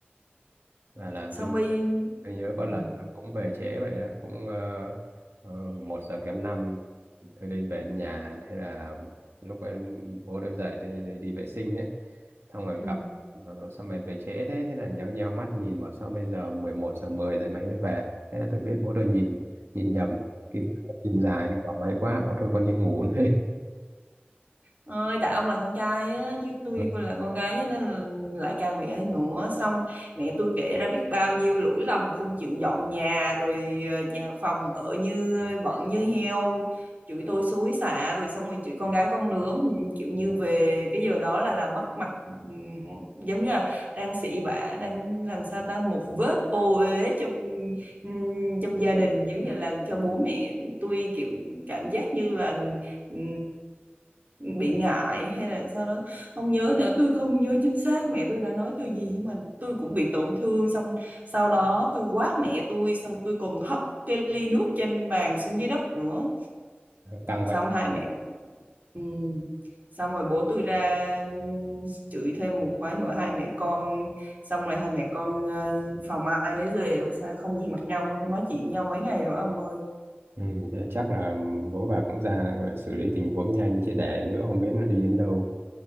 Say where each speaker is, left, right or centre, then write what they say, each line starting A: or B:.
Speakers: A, on the right (about 80°); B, on the right (about 45°).
A: Mà làm
B: xong
A: tôi
B: bây
A: tôi nhớ có
B: ừ,
A: lần tôi cũng về trễ vậy đó, cũng ờ, ờ, một giờ kém năm tôi đi về đến nhà thế là lúc em bố tôi dậy thì đi vệ sinh nhé xong rồi
B: ừ.
A: gặp xong rồi về trễ thế thế là nhéo nhéo mắt nhìn bảo sao bây giờ 11 giờ 10 rồi mày mới về thế là tôi biết bố tôi nhìn nhìn nhầm cái mắt nhìn dài nó bảo máy quá bảo thôi con đi ngủ đây
B: ơi tại ông là con trai á chứ tôi
A: <laughs>
B: cũng là con gái á, nên là lại càng mẹ ấy nữa xong mẹ tôi kể ra biết bao nhiêu lỗi lầm không chịu dọn nhà rồi ờ, nhà phòng ở như bận như heo chửi tôi xối xả rồi xong rồi chửi con gái con nướng kiểu như về cái giờ đó là làm mất mặt ừm, giống như là đang xị vả đang làm sao ta một vết ô uế trong ừm, trong gia đình giống như là làm cho bố mẹ tôi kiểu cảm giác như là ừm, bị ngại hay là sau đó không nhớ nữa tôi không nhớ chính xác mẹ tôi đã nói tôi gì nhưng mà tôi cũng bị tổn thương xong sau đó tôi quát mẹ tôi xong tôi còn hất cái ly nước trên bàn xuống dưới đất nữa
A: căng
B: xong
A: vậy
B: hai mẹ ừm, xong rồi bố tôi ra ừm, chửi thêm một cái nữa hai mẹ con xong rồi hai mẹ con ờ, phòng ai nấy về không sao không nhìn mặt nhau luôn không nói chuyện nhau mấy ngày rồi ông ơi
A: ừ, thế chắc là bố bà cũng ra gọi là xử lý tình huống nhanh chứ để nữa không biết nó đi đến đâu